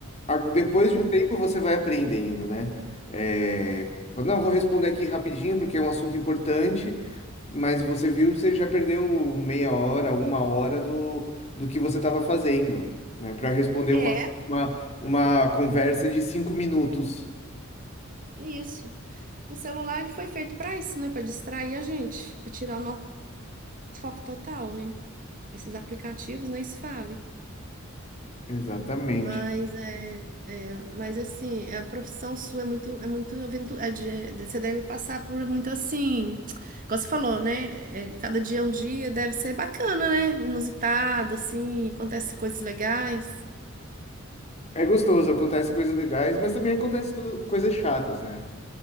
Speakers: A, on the left; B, on the right.
A: A- Depois
B: Uhum.
A: de um tempo você vai aprendendo, né? É,
B: É.
A: fala, Não, eu vou responder aqui rapidinho porque é um assunto importante, mas você viu, você já perdeu meia hora, uma hora do, do que você estava fazendo, né? Para responder
B: É,
A: uma, uma, uma conversa de cinco minutos.
B: isso. O celular ele foi feito para isso, né? Para distrair a gente, para tirar o nosso foco total, né? Esses aplicativos nem se fala.
A: Exatamente.
B: Mas é, é, mas assim, a profissão sua é muito, é muito aventura, é de- você deve passar por muito assim, como você falou, né? É, cada dia é um dia, deve ser bacana, né? Inusitado, assim, acontece coisas legais.
A: É gostoso, acontece coisas legais, mas também acontece todas- coisas chatas, né?